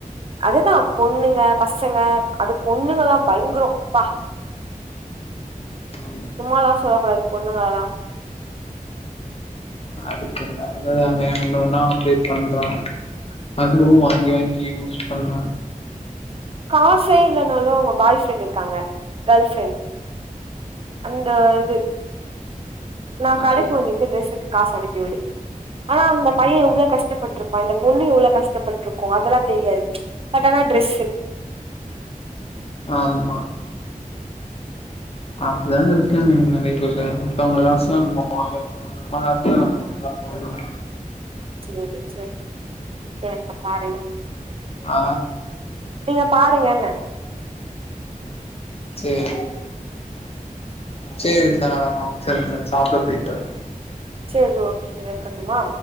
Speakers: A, on the right; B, on the left.
A: அதுதா பொண்ணுங்க பசங்க அது பொண்ணுங்கல்லா பயங்கரம்ப்பா
B: ஆமா
A: உமாலா சொல்லக்க கூடாது பொண்ணுங்களல்லா
B: அதுக்கு என்ன வந்த ஒண்ணு ஒண்ணா அப்டேட் பண்ற அதுவு வாங்கி வாங்கி யூஸ் பண்றா
A: காசே இல்லைன்னாலு அவங்க பாய் ஃப்ரெண்ட் இருக்காங்க கேர்ள் ஃப்ரெண்ட் அந்த இது நா கடைக்கு
B: அது
A: வந்துக்கே டிரஸ்க்கு காச அனுப் வ்டு ஆனா அந்த
B: ஆமா
A: பைய எவ்ளோ கஷ்டப்பட்ருப்பா அந்த பொண்ணு இவ்ளோ கஷ்டப்பட்ருக்கோ அதெல்லா தெரியாது பட்டானா ட்ரெஸ்ஷு
B: ஆமா அப்பதா இருக்காங்க நெறைய பேற மத்தவங்க காசு <inaudible> லா நம்ம வாழணுமா நம்ம காசா நம்ம வாங்குனா போது
A: சரி சரி செரிங்க பாருங்க
B: ஆ
A: நீங்க பாருங்கன்ன
B: சரி சரிந்தா ஆ சரிங்க சாப்பிட போயிட்வாறே
A: சரி ஓகே க்கட்டுமா